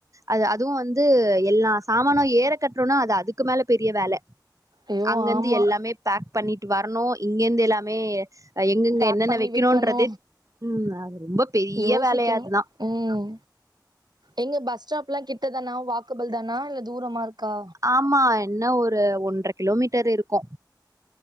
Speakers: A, on the right; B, on the right.
A: அது அதுவும் வந்து எல்லாம் சாமானும் ஏற கட்றோனா அது அதுக்கு மேல பெரிய வேல
B: ஐயோ
A: அங்கெந்து
B: ஆமா
A: எல்லாமே பேக் பண்ணிட்டு வரணு இங்கெந்து எல்லாமே அ எங்கெங்க
B: பேக்
A: என்னென்ன
B: பண்ணி
A: வெக்கணுன்றதே
B: வெக்கணு
A: ம் அது ரொம்ப பெரிய
B: யோசிக்கணு
A: வேலயா அதுதா
B: ம் எங்க பஸ் ஸ்டாப்லா கிட்டதானா வாக்கபல் தானா இல்ல தூரமா இருக்கா
A: ஆமா என்ன ஒரு ஒன்ற கிலோமீட்டர் இருக்கு